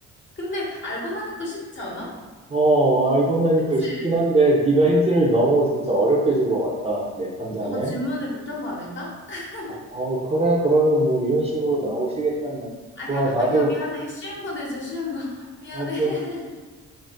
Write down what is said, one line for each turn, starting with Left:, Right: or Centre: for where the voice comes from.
Left: 근데 알고 나니까 쉽지 않아?
Right: 어, 알고 나니까
Left: 그치?
Right: 쉽긴 한데, 네가 힌트를 너무 진짜 어렵게 준 것 같다. 내 판단엔.
Left: 너가 질문을 못한 거 아닐까? <laughs>
Right: 어, 어, 그래, 그러면 뭐, 이런 식으로 나오시겠다면.
Left: 아니야,
Right: 좋아, 나도,
Left: 아니야, 미안해. 쉬운 거 내줘, 쉬운 거. <laughs> 미안해.
Right: 오케이.
Left: <laughs>